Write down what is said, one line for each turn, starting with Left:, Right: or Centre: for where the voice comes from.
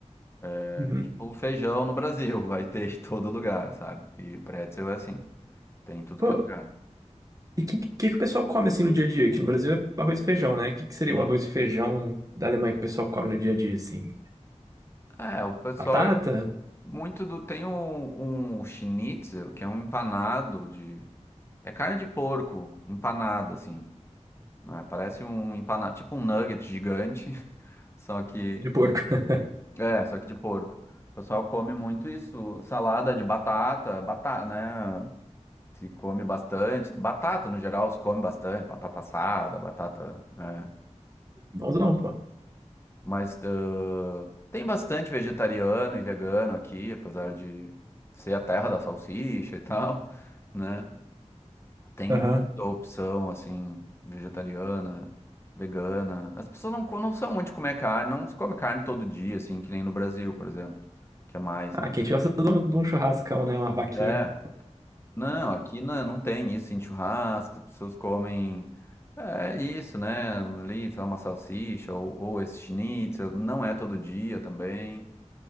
Left: é
Right: uhum.
Left: tipo feijão no Brasil, <laughs> vai ter em todo lugar, sabe? E pretzel é assim, tem em tudo
Right: Pô,
Left: que é lugar.
Right: e o que, que, que o pessoal come, assim, no dia a dia? Aqui no Brasil é arroz e feijão, né? O que, que seria
Left: Sim.
Right: o arroz e feijão da Alemanha que o pessoal come no dia a dia, assim?
Left: É, o pessoal
Right: Batata
Left: é muito do. Tem um, um schnitzel, que é um empanado de. É carne de porco empanada, assim. né? Parece um empanado, tipo um nugget gigante, <laughs> só que
Right: de porco. <laughs>
Left: É, só que de porco. O pessoal come muito isso, salada de batata, batata, né? Se come bastante. Batata, no geral, se come bastante. Batata assada, batata, né?
Right: Bonzão, pô.
Left: Mas ãh, tem bastante vegetariano e vegano aqui, apesar de ser a terra da salsicha e tal, né? Tem
Right: Aham.
Left: muita opção, assim, vegetariana, vegana. As pessoas não, co- não são muito de comer carne, não se come carne todo dia, assim, que nem no Brasil, por exemplo, que é mais,
Right: Ah,
Left: né?
Right: quem gosta de um, de um churrascão, né? Uma vaquinha.
Left: É, Não, aqui não, não tem isso em churrasco, as pessoas comem. É isso, né? Ali, sei lá, uma salsicha ou, ou esse schnitzel. Não é todo dia também.